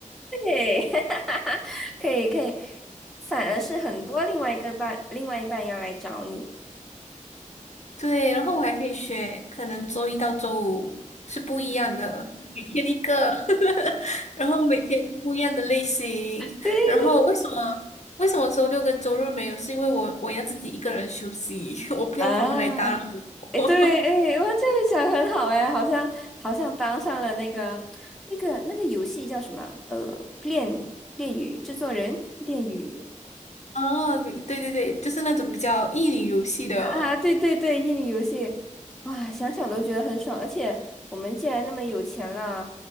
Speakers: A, in the centre; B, on the left (about 60°).
A: 对，<laughs> 可以可以，反而是很多另外一个伴，另外一半要来找你。
B: 对，然后我还可以学，可能周一到周五是不一样的，每天一个，<laughs> 然后每天不一样的类型。
A: 对对
B: 然后为什么为什么周六跟周日没有？是因为我我要自己一个人休息，<laughs> 我不要他们来打扰
A: 啊。哎，
B: 我。
A: 对，哎，我这个想很好，哎，好像好像当上了那个那个那个游戏叫什么？呃，恋恋与制作人，恋与
B: <laughs> 哦，对对对，就是那种比较益女游戏的。
A: 啊，啊对对对，恋与游戏，哇，想想都觉得很爽。而且我们既然那么有钱了，